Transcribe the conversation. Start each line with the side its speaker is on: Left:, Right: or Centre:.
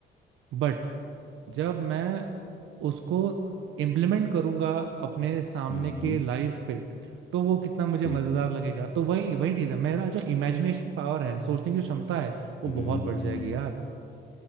Right: but जब मैं उसको इम्प्लीमेंट करूंगा अपने सामने
Left: हम्म
Right: के
Left: हम्म
Right: लाइफ पे तो वो कितना मुझे
Left: हम्म
Right: मजेदार लगेगा तो वही वही चीज है मेरा जो इमेजिनेशन पावर है सोचने की जो क्षमता है वो
Left: हम्म हम्म,
Right: बहुत बढ़ जाएगी यार